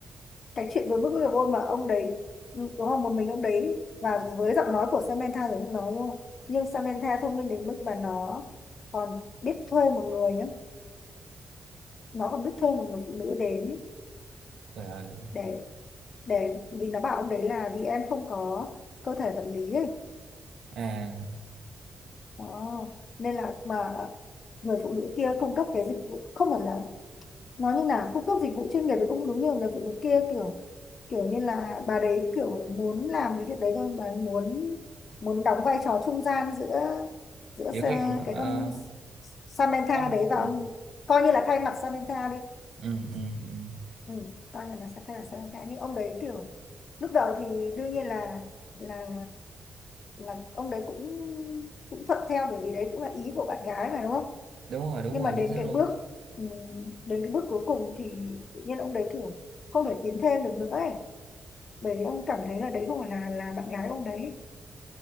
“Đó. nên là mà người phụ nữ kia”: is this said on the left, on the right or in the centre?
Left